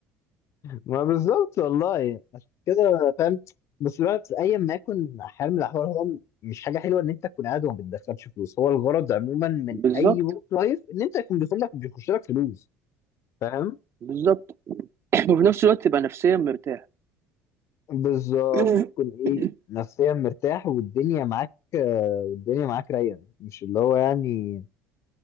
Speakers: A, on the left (about 50°); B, on the right (about 45°).
A: ما بالظبط والله عشان كده فاهم بس بقى ايا ما يكن حال من الاحوال هو مش حاجه حلوه ان انت تكون قاعد وما بتدخلش فلوس هو الغرض عموما من
B: <laughs> بالظبط
A: اي ورك لايف ان انت يكون بيدخل لك بيخش لك فلوس فاهم
B: بالظبط <clears throat> <coughs> وفي نفس الوقت تبقى نفسيا مرتاح
A: بالظبط
B: <laughs>
A: تكون ايه نفسيا مرتاح والدنيا معاك آه، والدنيا معاك رايقه مش اللي هو يعني